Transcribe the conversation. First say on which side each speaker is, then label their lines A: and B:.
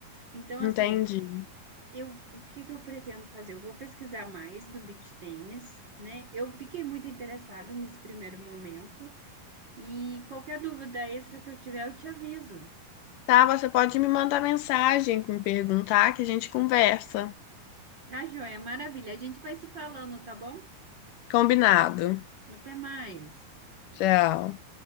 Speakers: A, on the right; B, on the left.
A: Então,
B: entendi.
A: assim, eu, o que que eu pretendo fazer? Eu vou pesquisar mais do beach tênis, né? Eu fiquei muito interessada nesse primeiro momento e qualquer dúvida extra que eu tiver, eu te aviso.
B: Tá, você pode me mandar mensagem, me perguntar que a gente conversa.
A: Tá, joia? Maravilha. A gente vai se falando, tá bom?
B: Combinado.
A: Até mais.
B: Tchau.